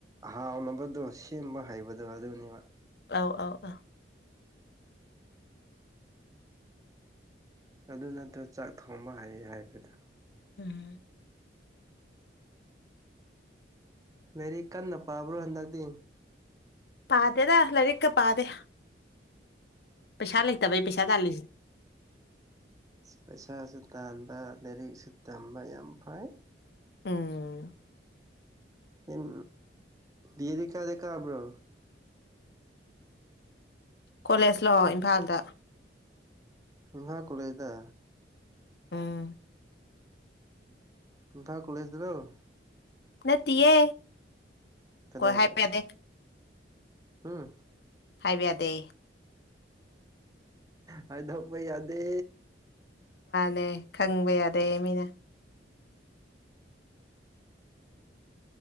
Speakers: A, on the right (about 20°); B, on the left (about 60°).
A: ꯍꯥꯎꯅꯕꯗꯣ ꯁꯦꯝꯕ ꯍꯩꯕꯗꯣ ꯑꯗꯨꯅꯦꯕ
B: ꯑꯥꯎ ꯑꯥꯎ ꯑꯥꯎ
A: ꯑꯗꯨ ꯅꯠꯇ꯭ꯔꯒ ꯆꯥꯛ ꯊꯣꯡꯕ ꯍꯩ ꯍꯥꯏꯕꯗ
B: ꯎꯝ
A: ꯂꯥꯏꯔꯤꯛ ꯀꯟꯅ ꯄꯥꯕ꯭ꯔꯣ ꯍꯟꯗꯛꯇꯤ
B: ꯄꯥꯗꯦꯗ ꯂꯔꯤꯛꯀ ꯄꯥꯗꯦ ꯄꯩꯁꯥ ꯂꯩꯇꯕꯩ ꯄꯩꯁꯥ ꯇꯥꯂꯤꯁꯤꯅꯤ
A: ꯄꯩꯁꯥꯁꯨ ꯇꯥꯟꯕ ꯂꯥꯏꯔꯤꯛꯁꯨ ꯇꯝꯕ ꯌꯥꯝ ꯐꯩ
B: ꯎꯝ
A: ꯎꯝ ꯗꯤ ꯀꯗ ꯀꯕ꯭ꯔꯣ
B: ꯀꯣꯂꯦꯖ ꯂꫭ ꯏꯝꯐꯥꯜꯗ
A: ꯏꯐꯥꯜ ꯀꯂꯦꯖꯗ
B: ꯎꯝ
A: ꯏꯝꯐꯥꯜ ꯀꯂꯁꯗꯗꯣ
B: ꯅꯠꯇꯤꯌꯦ
A: ꯀꯗꯥꯏꯗꯥ
B: ꯀꯣꯏ ꯍꯥꯏꯕ ꯌꯥꯗꯦ
A: ꯍꯝ
B: ꯍꯥꯏꯕ ꯌꯥꯗꯦ
A: ꯍꯥꯏꯗꯣꯛꯄ ꯌꯥꯗꯦ
B: ꯅꯦ ꯈꯪꯕ ꯌꯥꯗꯦ ꯃꯤꯅ